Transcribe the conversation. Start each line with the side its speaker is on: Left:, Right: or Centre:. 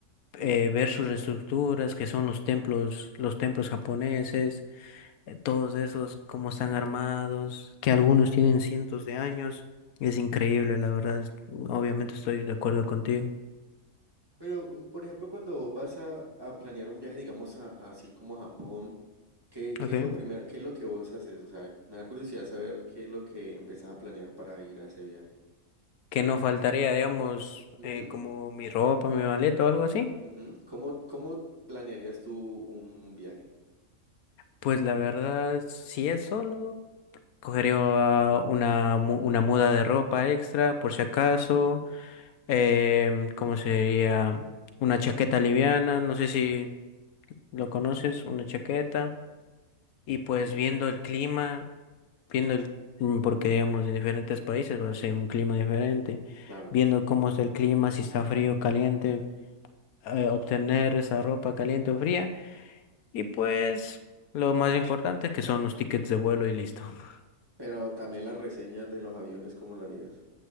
Left: eh,
Right: Ujú.
Left: ver sus estructuras, que son los templos, los templos japoneses, eh, todos esos, cómo están armados, que algunos tienen cientos de años. Es increíble, la verdad. es- Obviamente estoy de acuerdo contigo.
Right: Pero, mm, por ejemplo, cuando vas a, a planear un viaje, digamos, a- así como a Japón, ¿qué, qué
Left: Okay.
Right: es lo primero, qué es lo que vos haces? O sea, me da curiosidad saber qué es lo que empezás a planear para ir a ese viaje.
Left: Que no faltaría, digamos,
Right: Ujú,
Left: eh, como mi ropa, mi maleta o algo así.
Right: ujú. ¿Cómo, cómo planearías tú un viaje?
Left: Pues la verdad, si es solo, cogería una, mu- una muda de ropa extra, por si acaso. Em, ¿cómo se diría? Una chaqueta liviana, no sé si lo conoces, una chaqueta. Y pues
Right: Ujú,
Left: viendo el clima. viendo el, mm, porque digamos en diferentes países va a ser un clima diferente,
Right: Claro,
Left: viendo cómo está el clima, si está frío o caliente, eh, obtener esa ropa caliente o fría, y pues lo más importante que son los tickets de vuelo y listo. <laughs>
Right: pero también las reseñas de los aviones, ¿cómo lo harías?